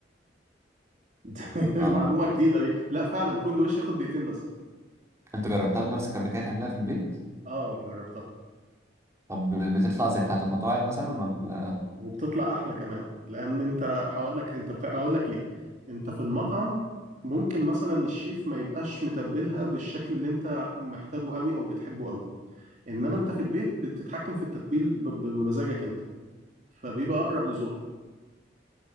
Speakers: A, on the right; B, on the right.
A: <laughs>
B: ما-
A: معلومة جديدة دي لا فعلا كل وش ياخد دقيقتين بس
B: أنت جربتها بنفسك قبل كده تعملها في البيت؟
A: اه جربتها
B: طب بتطلع زي بتاعة المطاعم مثلا ولا
A: وبتطلع احلى كمان لان انت هقول لك انت بتاع هقول لك ليه انت في المطعم ممكن مثلا الشيف ما يبقاش متبلها بالشكل اللي انت محتاجه قوي او بتحبه قوي انما انت في البيت بتتحكم في التتبيل ب- ب- بمزاجك انت فبيبقى اقرب لذوقك